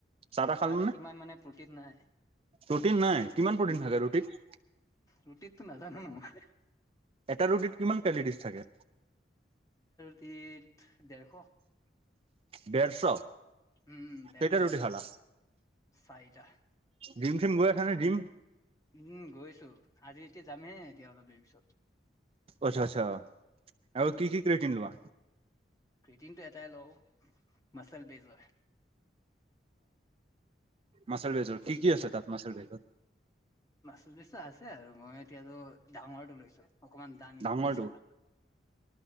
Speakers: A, on the right; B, on the left.
A: চাহ তাহ খালা
B: ভাতত
A: নে
B: ইমান মানে প্ৰটিত নাই।
A: প্ৰটিন নাই কিমান প্ৰটিন
B: উম
A: থাকে ৰুটিত।
B: ৰুটিতটো নাজানো নহয়।
A: এটা ৰুটিত কিমান কেলৰিছ থাকে।
B: ইত ডেৰশ।
A: ডেৰশ
B: উম ডেৰখ
A: কেইটা ৰুটি খালা
B: চাৰিটা।
A: জিম চিম গৈ আছ নে জিম?
B: উম গৈছো আজি এতিয়া যামহে এতিয়া অলপ দেৰি পিছত
A: আচ্ছা আচ্ছা আৰু কি কি ক্ৰিৰেটিং লোৱা?
B: ক্ৰিটিনটো এটাই লও মাচল বেজ হয়।
A: মাছল ভেজৰ কি কি আছে তাত মাচাল ভেজৰ
B: চলিছে আছে আৰু মই এতিয়াতো ডাঙৰটো লৈছোঁ অকমান দামী এইটো
A: ডাঙৰটো
B: বুইছা অ